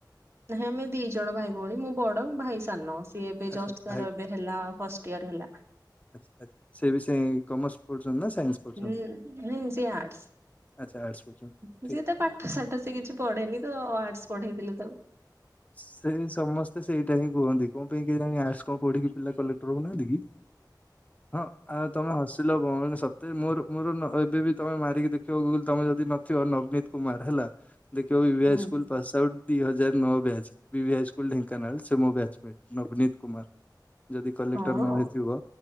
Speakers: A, on the right (about 35°); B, on the left (about 20°).
A: ନାହିଁ ଆମେ ଦି ଜଣ ଭାଇ ଭଉଣୀ ମୁଁ ବଡ ଭାଇ ସାନ। ସିଏ ଏବେ
B: ଆଚ୍ଛା
A: ଜଷ୍ଟ ତାର
B: ଭାଇ
A: ଏବେ ହେଲା ଫାଷ୍ଟ ଇୟର ହେଲା।
B: ଆ ସେ ବି ସେ କମର୍ସ ପଢୁଛନ୍ତି ନା ସାଇନ୍ସ? ପଢୁଛନ୍ତି
A: ହୁଁ ହଁ ସେ ଆର୍ଟ୍ସ।
B: ଆଚ୍ଛା ଆର୍ଟସ ପଢୁଛନ୍ତି। ଠିକ
A: ସିଏ ତ ପାଠ ସାଠ ସ ସେ କିଛି ପଢେନି ତ ଆର୍ଟସ ପଢେଇଥିଲେ ତାକୁ।
B: ସେଇ ସମସ୍ତେ ସେଇଟା ହିଁ କୁହନ୍ତି କଣ ପାଇଁ କିହି ଜାଣି ଆସ କଣ କଠିକି ପିଲା କଲେ ହଉ ନାହାନ୍ତି କି ହଁ ଆ ତମେ ହସି ସତେ ମୋର ମୋର ଏବେ ବି ତମେ ମାରିକି ଦେଖିବ ଗୁଗୁଲ ତମେ ଯଦି ନଥିବ ନବନୀତ କୁମାର ହେଲା ଦେଖିବଭି
A: ନା
B: ଆଇ
A: ହୁଁ
B: ସ୍କୁଲ ପାସ୍ ଆଉଟ୍ ଦି ହଜାର ନଅ batch. BV high school Dhenkanal ସେ ମ ବ୍ୟାଚମେଟ ନବନୀତ କୁମାର। ଯଦି କଲେକ୍ଟର
A: ହଁ
B: ନହଇଥିବ